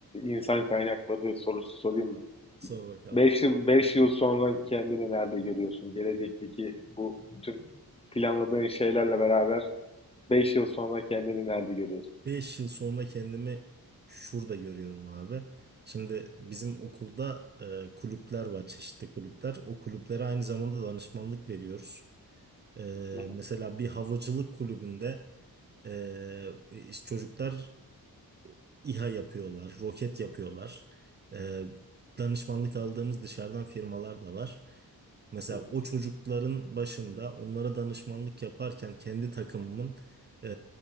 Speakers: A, on the left; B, on the right.
A: insan kaynakları sorusu sorayım mı?
B: Sor bakalım.
A: Beş yıl beş yıl sonra kendini nerede görüyorsun? Gelecekteki bu bütün planladığın şeylerle beraber 5 yıl sonra kendini nerede görüyorsun?
B: 5 yıl sonra kendimi şurada görüyorum abi. Şimdi bizim okulda e, kulüpler var, çeşitli kulüpler. O kulüplere aynı zamanda danışmanlık veriyoruz. E,
A: Hı hı,
B: mesela bir havacılık kulübünde e, işte çocuklar İHA yapıyorlar, roket yapıyorlar. Ee, danışmanlık aldığımız dışarıdan firmalar da var. Mesela
A: hı hı.
B: o çocukların başında onlara danışmanlık yaparken kendi takımımın e,